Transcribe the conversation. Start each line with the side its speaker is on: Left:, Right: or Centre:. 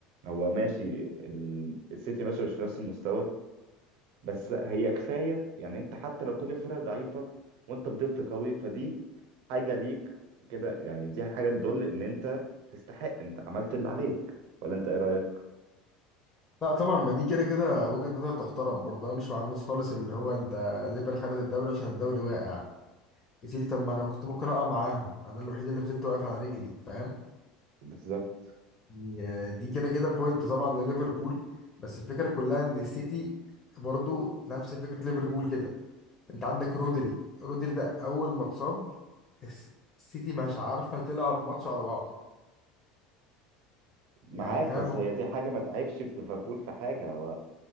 Right: هو ماشي ال- السيتي ماشي مش في نفس المستوى بس هي كفايه يعني انت حتى لو كل الفرق ضعيفه وانت فضلت قوي فدي حاجه ليك كده يعني دي حاجه تدل ان انت تستحق انت عملت اللي عليك ولا انت ايه رايك
Left: لا طبعا ما دي كده كده وجهه نظر تحترم برضه انا مش مع الناس خالص اللي هو انت ليفر خدت الدوري عشان الدوري واقع يا سيدي طب ما انا كنت ممكن اقع معاهم انا الوحيد اللي فضلت واقف على رجلي فاهم
Right: بالظبط
Left: يعني دي كده كده بوينت طبعا لليفربول بس الفكره كلها ان السيتي برضه نفس فكره ليفربول كده انت عندك رودري رودري ده اول ما اتصاب الس- السيتي مش عارفه تلعب ماتش على بعض
Right: معاك
Left: يعني فاهم
Right: بس
Left: هو
Right: هي دي حاجه
Left: الوحيد
Right: ما تعبش في ليفربول في حاجه هو